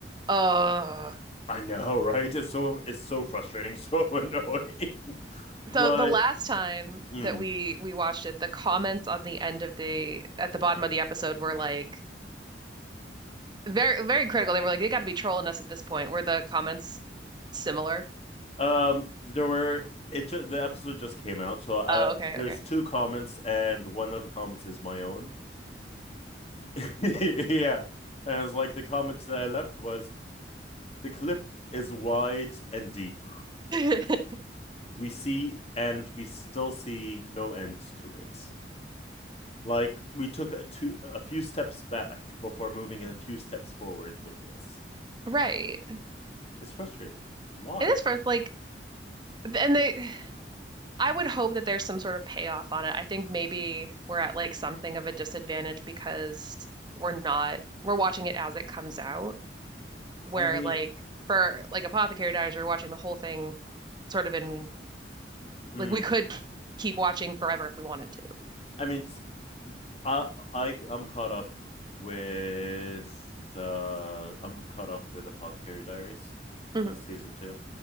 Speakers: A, on the right (about 25°); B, on the left (about 35°).
A: Oh,
B: i know <laughs> right it's so it's so frustrating so annoying <laughs>
A: so
B: like
A: the last time
B: mm.
A: that we we watched it, the comments on the end of the at the bottom of the episode were like very very critical. They were like, they got to be trolling us at this point. Were the comments similar?
B: um there were it the episode just came out so i
A: Oh, okay,
B: there's
A: okay.
B: two comments and one of the comments is my own <laughs> yeah. And it's like the comment that I left was the cliff is wide and deep.
A: <laughs>
B: We see and we still see no end to it. Like we took a two a few steps back before moving a few steps forward with this.
A: Right.
B: It's frustrating. Why?
A: It is first like and they I would hope that there's some sort of payoff on it. I think maybe we're at like something of a disadvantage because we're not we're watching it as it comes out. where
B: I mean,
A: like for like Apothecary Diaries, you're watching the whole thing sort of in
B: mm,
A: like we could keep watching forever if we wanted to.
B: I mean, I I I'm caught up with the I'm caught up with Apothecary Diaries,
A: Mhm.
B: uh, season two.